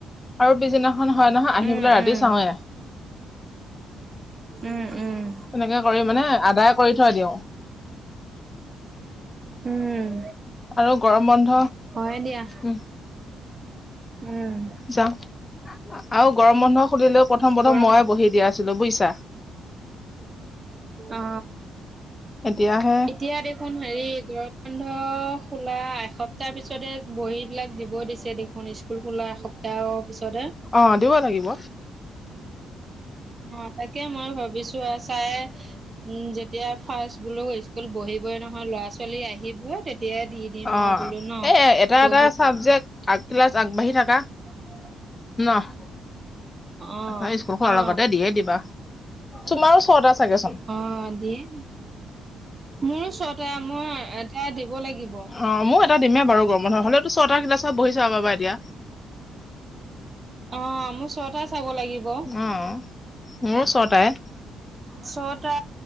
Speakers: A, on the left; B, on the right.
A: আৰু পিছদিনাখন হয় নহয় আহি
B: উম
A: পেলাই ৰাতি
B: উম
A: চাওঁৱয়ে
B: উম উম
A: তেনেকে কৰি মানে আদায় কৰি থৈ দিওঁ
B: উম
A: আৰু গৰম বন্ধ
B: হয়ে দিয়া
A: উম
B: উম
A: যাওঁ আৰু গৰম বন্ধ খুলিলেও প্ৰথম প্ৰথম
B: গৰম
A: মইয়ে বহি দিয়া আছিলো বুজিছা
B: অ
A: এতিয়াহে
B: এতিয়া দে হেৰি গৰম বন্ধ খোলা এসপ্তাহ পিছতে বহী বিলাক দিব দিছে দেখোন স্কুল স্কুল খোলাৰ এসপ্তাহৰ পিছতহে
A: অ দিব লাগিব
B: অ তাকে মই ভাবিছো চাই উ যেতিয়া ফাস্ট বোলো স্কুল বহিবই নহয় ল'ৰা ছোৱালী আহি অ তেতিয়াই দি দিম
A: অ
B: আৰু বোলো ন
A: এ এটা
B: বহি
A: এটা চাবজেক্ট আগ ক্লাছ আগ বাহি থাকা
B: অ
A: ন
B: অ
A: স্কুল খোলাৰ
B: অ
A: লগতে দিয়ে দিবা তুমাৰো ছটা চাগে চোন
B: অ দিয়ে মোৰ চতায়ে মই এটা দিব লাগিব
A: অ মোৰ এটা দিমেই বাৰু গৰম বন্ধত হলেতো ছটা ক্লাছৰ বহি চাব পাবা এতিয়া
B: অ মোৰ চটায়ে চাব লাগিব
A: অ মোৰো চতায়ে
B: ছটা